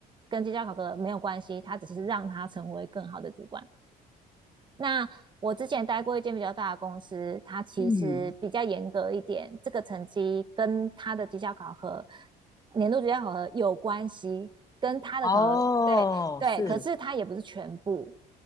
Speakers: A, on the right (about 25°); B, on the left (about 20°).
A: 跟绩效考核没有关系，它只是让他成为更好的主管。那我之前待过一间比较大的公司，它其实比较严格一点，
B: 嗯，
A: 这个成绩跟它的绩效考核、年度绩效考核有关系，跟它的考核，
B: 哦，
A: 对对，
B: 是，
A: 可是它也不是全部。